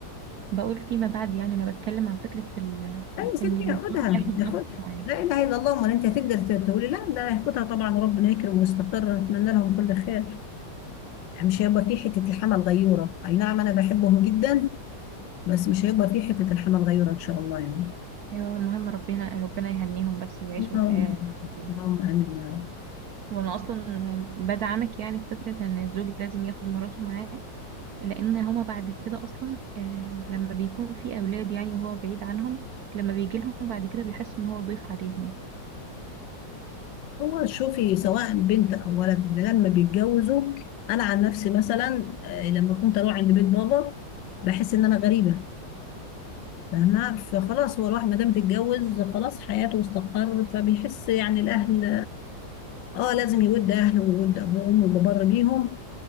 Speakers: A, on the right; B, on the left.
A: بقول فيما بعد يعني انا بتكلم عن فكرة ال...
B: لا يا ستي
A: ان الزوج
B: ياخدها
A: ياخد زوجته
B: ياخدها
A: معاه
B: لا اله الا الله امال انت هتقدر ت- تقولي لا ده هياخدها طبعا وربنا يكرم ويستقر نتمنى لهم كل خير يعني مش هيبقى في حتة الحمل غيورة اي نعم انا بحبهم جدا بس مش هيبقى في حتة الحمل غيورة ان شاء الله يعني
A: ايوه المهم ربنا ربنا يهنيهم بس ويعيشوا
B: اللهم
A: حياة زي-
B: آمين يا رب
A: وانا اصلا بدعمك يعني في فكرة ان الزوج لازم ياخد مراته معاه لان هما بعد كده اصلا آه، لما بيكون في اولاد يعني وهو بعيد عنهم لما بيجي لهم بعد كده بيحس ان هو ضيف عليهم
B: هو شوفي سواء بنت او ولد لما بيتجوزوا انا عن نفسي مثلا آه، لما كنت اروح عند بيت بابا بحس ان انا غريبه فاهمه فخلاص هو الواحد ما دام اتجوز خلاص حياته استقر فبيحس يعني الاهل اه لازم يود اهله ويود ابوه وامه ويبقى بر بيهم